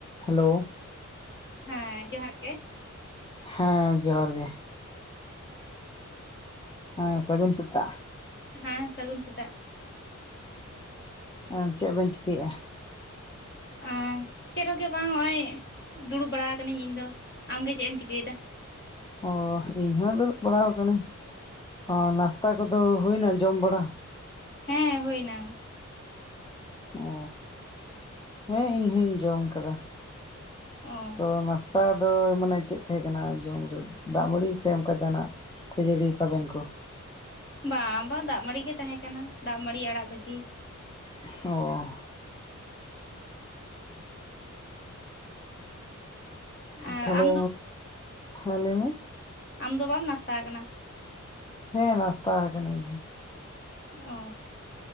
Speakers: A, on the left (about 15°); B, on the left (about 35°).
A: Hello
B: ᱦᱮᱸ ᱡᱚᱦᱟᱨ ᱜᱮ
A: ᱦᱮᱸ ᱡᱚᱦᱟᱨ ᱜᱮ ᱦᱮᱸ ᱥᱟᱹᱜᱩᱱ ᱥᱮᱛᱟᱜ
B: ᱦᱮᱸ ᱥᱟᱹᱜᱩᱱ ᱥᱮᱛᱟᱜ
A: ᱦᱚᱸ ᱮᱸ ᱪᱮᱫ ᱵᱮᱱ ᱪᱤᱠᱟᱹᱭᱮᱼᱟ
B: ᱮᱸ ᱪᱮᱫ ᱦᱚᱸᱜᱮ ᱵᱟᱝ ᱱᱚᱜᱚᱭ ᱫᱩᱲᱩᱵ ᱵᱟᱲᱟ ᱟᱠᱟᱱᱟᱹᱧ ᱤᱧ ᱫᱚ ᱟᱢ ᱜᱮ ᱪᱮᱫ ᱮᱢ ᱪᱤᱠᱟᱹᱭᱮᱫᱟ
A: ᱚᱻ ᱤᱧ ᱦᱚᱸ ᱫᱩᱲᱩᱵ ᱵᱟᱲᱟ ᱟᱠᱟᱱᱟᱹᱧ ᱚ ᱱᱟᱥᱛᱟ ᱠᱚᱫᱚ ᱦᱩᱭᱮᱱᱟ ᱡᱚᱢ ᱵᱟᱲᱟ
B: ᱦᱮᱸ ᱦᱩᱭ ᱮᱱᱟ
A: ᱚ ᱦᱮᱸ ᱤᱧᱦᱧ ᱡᱚᱢ ᱟᱠᱟᱫᱟ
B: ᱚ
A: ᱛᱚ ᱱᱟᱥᱼᱼ ᱛᱟ ᱫᱚ ᱢᱟᱱᱮ ᱪᱮᱫ ᱛᱟᱦᱮᱸ ᱠᱟᱱᱟ ᱡᱚᱢ ᱨᱮ ᱫᱟᱜᱢᱟᱹᱲᱤ ᱥᱮ ᱚᱱᱠᱟ ᱡᱟᱦᱟᱱᱟᱜ ᱠᱷᱟᱹᱡᱟᱹᱲᱤ ᱛᱟᱵᱮᱱ ᱠᱚ
B: ᱵᱟᱝ ᱵᱟᱝ ᱫᱟᱜ ᱢᱟᱲᱤ ᱜᱮ ᱛᱟᱦᱮᱸ ᱠᱟᱱᱟ ᱫᱟᱜ ᱢᱟᱲᱤ ᱟᱲᱟᱜ ᱵᱷᱟᱡᱤ
A: ᱚ
B: ᱟᱨ
A: ᱛᱟᱦᱚᱞᱮ
B: ᱟᱢ ᱫᱚ
A: ᱦᱮᱸ ᱞᱟᱹᱭᱢᱮ
B: ᱟᱢ ᱫᱚ ᱵᱟᱢ ᱱᱟᱥᱛᱟ ᱟᱠᱟᱱᱟ
A: ᱦᱮᱸ ᱱᱟᱥᱛᱟ ᱟᱠᱟᱱᱟᱹᱧ
B: ᱚ